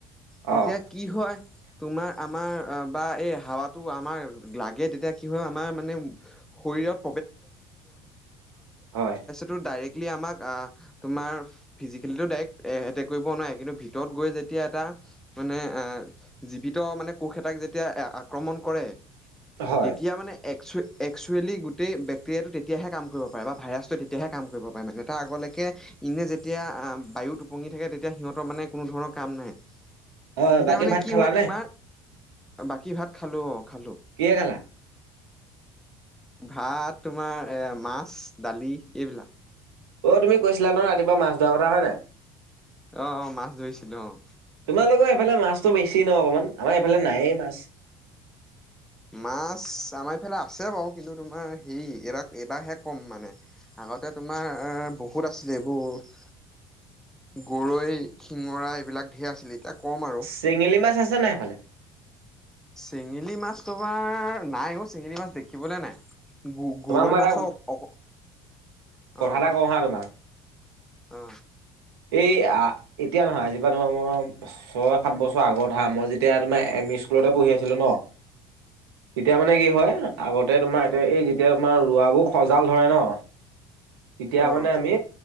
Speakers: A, in the centre; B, on the right (about 80°).
A: তেতিয়া
B: অ',
A: কি হয় তোমাৰ আমাৰ বা এই হাৱাটো আমাৰ লাগে, তেতিয়া কি হয় আমাৰ ভ <unintelligible>
B: হয়।
A: টো ডাইৰেক্টলি আমাক তোমাৰ ফিজিকেলিো ডাইৰেক্ট এ এটেক কৰিব নোৱাৰে, কিন্তু ভিতৰত গৈ যেতিয়া এটা মানে আহ জীৱিত মানে কোষ এটাক যেতিয়া আক্ৰমণ কৰে
B: হয়,
A: তেতিয়া মানে এক্স এক্সুৱেলি গোটেই বেক্টেৰিয়াটো তেতিয়াহে কাম কৰিব পাৰে বা ভাইৰাছটো তেতিয়াহে কাম কৰিব পাৰে মানে। তাৰ আগলৈকে ইনে যেতিয়া আহ বায়ু টোপঙি থাকে তেতিয়া সিহঁতৰ মানে কোনো ধৰণৰ কাম নাই।
B: হয়,
A: তেতিয়া
B: বাকী
A: মানে
B: ভাত
A: কি
B: খালা
A: হয়
B: নে?
A: তোমাৰ, বাকী ভাত খালো অ' খালো।
B: কিহে খালা?
A: ভাত তোমাৰ এ মাছ দালি এইবিলাক।
B: অ' তুমি কৈছিলা ন ৰাতিপুৱা মাছ ধৰা কথা হয় নাই।
A: অ', অ' মাছ ধৰিছিলো অ'।
B: তোমালোকৰ এইফালে মাছতো বেছি ন অকমান, আমাৰ এইফালে নায়েই মাছ।
A: মাছ আমাৰ এইফালে আছে বাৰু, কিন্তু তোমাৰ হেৰি এইবাৰ এবাৰহে ক'ম মানে। আগতে তোমাৰ এ বহুত আছিলে এইবোৰ। গৰৈ শিঙৰা এইবিলাক ঢেৰ আছিল, এতিয়া ক'ম আৰু।
B: চেঙেলী মাছ আছে নাই সেইফালে?
A: চেঙেলি মাছ তোমাৰ নাই অ' চেঙেলী মাছ দেখিবলৈ নাই। গ
B: তোমাক
A: গৰৈ
B: মই এটা
A: মাছৰ অক
B: কথা
A: অ'
B: এটা কওঁ হা তোমাক,
A: অ।
B: এই এতিয়া নহয় আজিপা তোমাৰ মই ছয় সাত বছৰ আগৰ হা মই যেতিয়া তোমাৰ এম ই স্কুলতে পঢ়ি আছিলো ন তেতিয়া মানে কি হয় আগতে তোমাৰ এতিয়া এই যেতিয়া তোমাৰ ৰোৱাবোৰ সজাল ধৰে ন। তেতিয়া
A: অ
B: মানে আমি